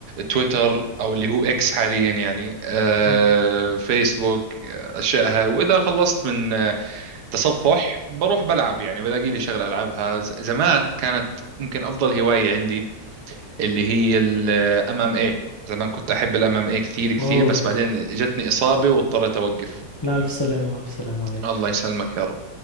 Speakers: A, on the right; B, on the left.
A: تويتر أو اللي هو إكس حاليا يعني آه،
B: مم.
A: فيسبوك آه، أشياء هاي وإذا خلصت من آه، تصفح بروح بلعب يعني بلاقي لي شغلة ألعبها ز- زمان كانت ممكن أفضل هواية عندي اللي هي الام ام اي زمان كنت احب الام ام اي كثير كثير
B: أوه
A: بس بعدين جتني اصابه واضطريت اوقف
B: لا ألف سلامة ألف سلامة عليك
A: الله يسلمك يا رب